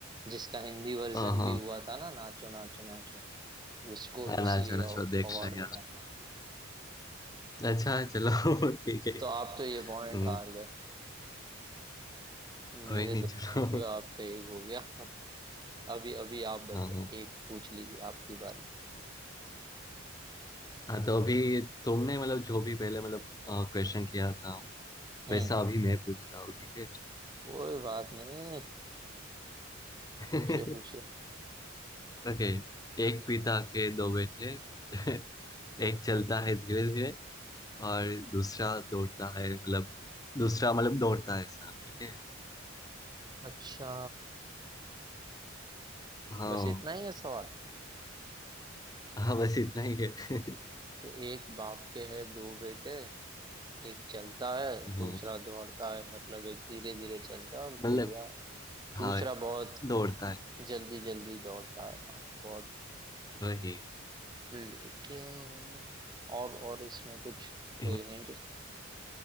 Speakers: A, on the right; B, on the left.
A: जिसका हिंदी वर्जन
B: हाँ हाँ
A: भी हुआ था ना नाचो नाचो नाचो उसको
B: हाँ हाँ,
A: उसलिए
B: नाचो नाचो
A: अवार्ड
B: देखा है यार
A: मिला था
B: अच्छा चलो <laughs> ठीक है
A: तो आप तो ये
B: हम्म,
A: पॉइंट हार गए मेरे
B: कोई नहीं
A: दो
B: चलो
A: पॉइंट हुए आपका एक हो गया <laughs> अभी अभी आप बता
B: हाँ हाँ
A: एक पूछ लीजिए आपकी बारी
B: हाँ तो अभी तुमने मतलब जो भी पहले मतलब क्वेश्चन किया था
A: हम्म
B: वैसा अभी मैं पूछ रहा हूँ ठीक है
A: कोई बात नहीं
B: <laughs>
A: पूछिए पूछिए
B: ओके एक पिता के दो बेटे <laughs> एक चलता
A: एक-
B: है धीरे धीरे और दूसरा दौड़ता है मतलब दूसरा मतलब दौड़ता है ऐसा ठीक है
A: अच्छा
B: हाँ
A: बस इतना ही है सवाल
B: हाँ बस इतना ही है <laughs>
A: तो एक बाप के है दो बेटे एक चलता है
B: हम्म,
A: दूसरा दौड़ता है मतलब एक धीरे धीरे चलता है और
B: मतलब
A: दूसरा
B: हाँ
A: दूसरा बहुत
B: दौड़ता है
A: जल्दी जल्दी दौड़ता है हाँ बहुत
B: वही
A: लेकिन और और इसमें कुछ कोई
B: <laughs>
A: हिंट